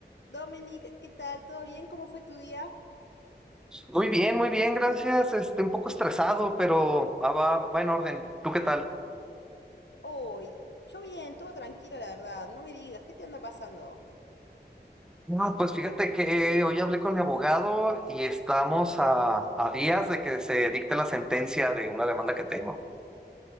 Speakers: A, on the left; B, in the centre.
A: Dominic, ¿qué tal? ¿Todo bien? ¿Cómo fue tu día
B: Muy bien, muy bien, gracias. Este, un poco estresado, pero va, va, va en orden. ¿Tú qué tal?
A: hoy? Yo bien, todo tranquilo, la verdad. No me digas, ¿qué te anda pasando?
B: No, pues fíjate que hoy hablé con mi abogado y estamos a, a días de que se dicte la sentencia de una demanda que tengo.